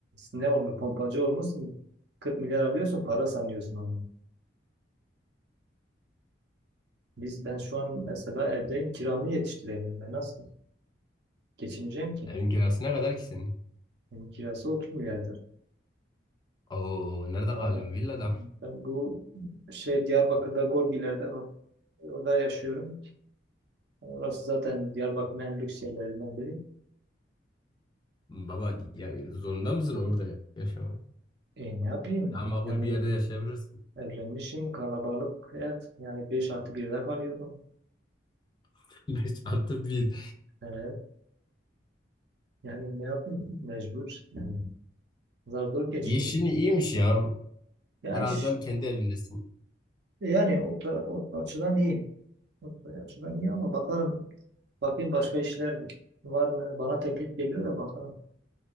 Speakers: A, on the right; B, on the left.
A: ne olmuş pompacı olmuşsun. 40 milyar alıyorsun para sanıyorsun onu. Biz ben şu an mesela evdeyim kiramı yetiştiremiyorum. Ben nasıl geçineceğim ki?
B: Evin kirası ne kadar ki senin?
A: Benim kirası 30 milyardır.
B: Oo nerede
A: Ama
B: kalayım? Villada.
A: ben bu şey Diyarbakır'da Gorgiler'de orada yaşıyorum. Orası zaten Diyarbakır'ın en lüks yerlerinden biri.
B: Baba ya, zorunda mısın orada yaşamaya?
A: E ne yapayım?
B: Daha makul
A: Yani
B: bir yerde yaşayabilirsin.
A: evlenmişim kalabalık ev. Yani 5 artı birde kalıyorum.
B: <laughs> 5 artı bir.
A: Evet. Yani ne yapayım? Mecbur. Yani zar zor geçiniyorum.
B: Yeşini iyiymiş ya.
A: Ya
B: Herhalde
A: iş
B: kendi evindesin.
A: yani o, ta- o açıdan iyi. O açıdan iyi ama bakalım Bakayım başka işler var mı? Bana teklif geliyor da bakalım.